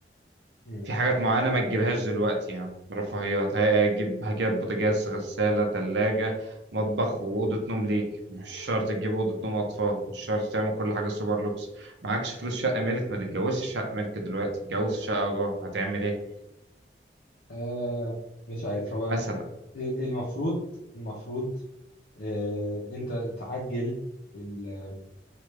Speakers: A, on the left; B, on the right.
A: مم.
B: في حاجات معينة ما تجيبهاش دلوقتي يا عم رفاهيات هجيب هجيب بوتاجاز غسالة تلاجة مطبخ وأوضة نوم ليك مش شرط تجيب أوضة نوم أطفال مش شرط تعمل كل حاجة سوبر لوكس معكش فلوس شقة ملك ما تتجوزش شقة ملك دلوقتي تتجوز شقة إيجار هتعمل إيه
A: آه مش عارف هو
B: مثلا
A: ال- المفروض المفروض آه انت تعجل ال